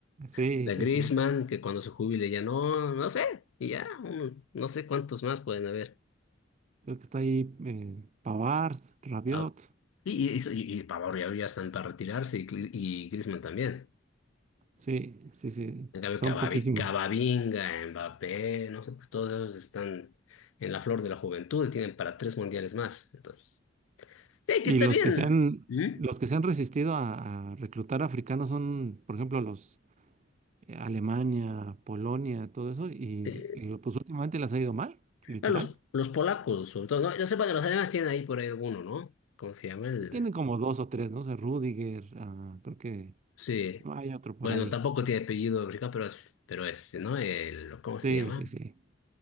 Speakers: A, on the right (about 35°); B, on the left (about 80°).
A: Sí,
B: Está
A: sí,
B: Griezmann,
A: sí.
B: que cuando se jubile ya no, no sé, y ya, un- no sé cuántos más pueden haber.
A: Creo que está ahí eh, Pavard, Rabiot.
B: Ah, Y, y, y, y Pavard ya, ya están para retirarse y, Cli- y Griezmann también.
A: Sí, sí, sí,
B: En cambio,
A: son
B: Cabavi-
A: poquísimos.
B: Camavinga, Mbappé, no sé, pues todos ellos están en la flor de la juventud y tienen para tres mundiales más. Entonces, eh, que
A: Y
B: está
A: los
B: bien.
A: que se han,
B: ¿Mm?
A: los que se han resistido a, a reclutar africanos son, por ejemplo, los eh, Alemania, Polonia, todo eso, y,
B: Eh,
A: y pues últimamente les ha ido mal, literal.
B: ah, los, los polacos, sobre todo, no, no sé, bueno, los alemanes tienen ahí por ahí alguno, ¿no? ¿Cómo se llama? el
A: Sí, tienen como dos o tres, ¿no? O sea, Rüdiger, ah, creo que
B: Sí.
A: no hay otro por
B: Bueno,
A: ahí.
B: tampoco tiene apellido africano, pero es, pero este, ¿no? El, ¿cómo
A: Sí,
B: se llama?
A: sí, sí.